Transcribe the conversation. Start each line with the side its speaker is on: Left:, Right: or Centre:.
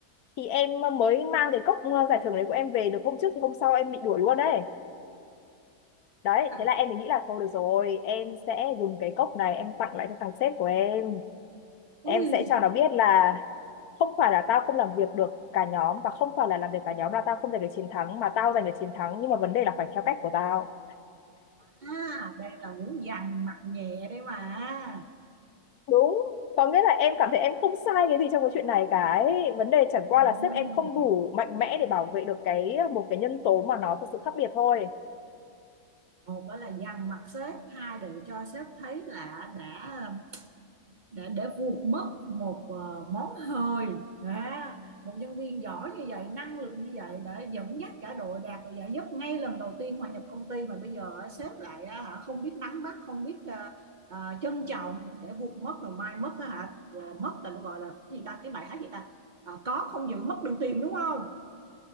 Left: thì em mới mang cái cốc ờ, giải thưởng đấy của em về được hôm trước thì hôm sau em bị đuổi luôn đấy đấy
Right: à,
Left: thế là em mới nghĩ là thôi được rồi em sẽ dùng cái cốc này em tặng lại cho thằng sếp của em
Right: ui
Left: em sẽ cho nó biết là không phải là tao không làm việc được cả nhóm và không phải là làm việc cả nhóm là tao không giành được chiến thắng mà tao giành được chiến thắng nhưng mà vấn đề là phải theo cách của tao
Right: à đây là muốn dằn mặt nhẹ đấy mà
Left: đúng có nghĩa là em cảm thấy em không sai cái gì trong cái chuyện này cả ấy. vấn đề chẳng qua
Right: Ừm,
Left: là sếp em không đủ mạnh mẽ để bảo vệ được cái một cái nhân tố mà nó thực sự khác biệt thôi
Right: một đó là dằn mặt sếp hai là cho sếp thấy là đã để để vuột mất một ờ, món hời Đó. một nhân viên giỏi như vậy năng lực như vậy để dẫn dắt cả đội đạt được giải nhất ngay lần đầu tiên hòa nhập công ty mà bây giờ ờ, sếp lại ờ, hả không biết nắm bắt không biết ờ, ờ, trân trọng để vuột mất rồi mai mất á hả ờ, mất là nó gọi là cái gì ta cái bài hát gì ta Ờ, có không giữ mất đừng tìm đúng không